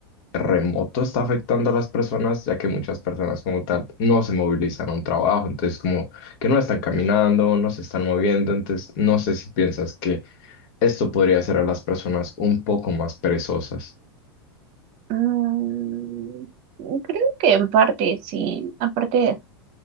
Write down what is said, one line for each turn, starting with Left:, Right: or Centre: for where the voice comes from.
Left: remoto está afectando a las personas, ya que muchas personas como tal no se movilizan a un trabajo, entonces como que no están caminando, no se están moviendo, entonces no sé si piensas que esto podría hacer a las personas un poco más perezosas.
Right: Mm, creo que en parte sí, aparte